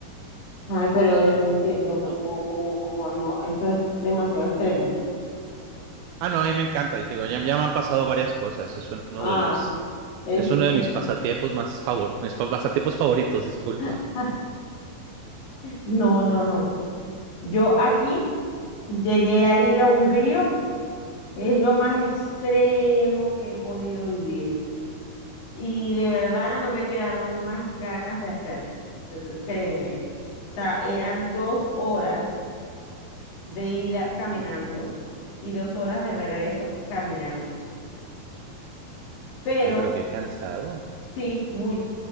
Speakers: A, on the left; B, on the right.
A: Ay, pero
B: No tiene
A: yo
B: que
A: no
B: estar
A: entiendo
B: listo.
A: cómo, cómo, cómo, no, eso es demasiado extremo.
B: Ah, no, a mí me encanta. Yo te digo, ya, ya me han pasado varias cosas. Es uno
A: Ah,
B: de mis,
A: es,
B: es uno de
A: es,
B: mis pasatiempos más favor, mis fa- pasatiempos favoritos, disculpa.
A: <laughs> No, no, no. Yo aquí llegué a ir a un río, es lo más extremo que he podido vivir. Y de verdad no me quedaron más ganas de hacerlo. r- Créeme. O sea, eran dos horas de ida caminando
B: Ujú.
A: y dos horas de regreso caminando. Pero
B: Sí, pero qué cansado.
A: Sí, muy.